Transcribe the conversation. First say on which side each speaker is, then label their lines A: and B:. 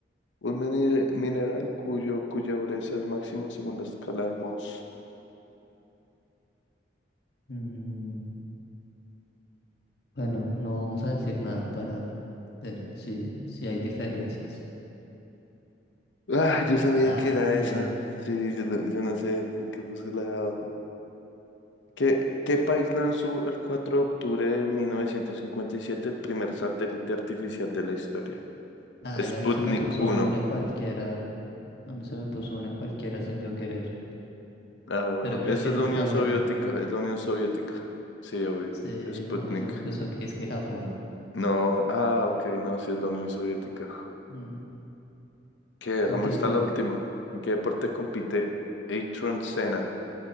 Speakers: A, on the left (about 85°); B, on the left (about 60°).
A: Un mini- mineral cuyo, cuya dureza es máxima según la escala de Mohs.
B: Mm, bueno, no vamos a decir nada para ver si, si hay diferencias.
A: Ah, yo sabía
B: Ah,
A: que era
B: bien.
A: esa. Sí, yo, la- yo no sé por qué puse la de abajo. ¿Qué, qué país lanzó el 4 de octubre de 1957 el primer satélite artificial de la historia?
B: Ay,
A: Sputnik
B: a mí se me puso
A: uno
B: una cualquiera. A mí se me puso una cualquiera sin yo querer.
A: Ah, bueno,
B: Pero creo
A: esa
B: que
A: es
B: esa
A: la
B: está
A: Unión
B: buena.
A: Soviética, es la Unión Soviética. Sí, obvio.
B: Sí,
A: Sputnik.
B: no, a mí se me puso que es que Japón.
A: No, ah, ok, no, sí es la Unión Soviética.
B: Mm,
A: Que hagamos
B: ¿En qué?
A: esta la última. ¿En qué deporte compite Ayrton Senna?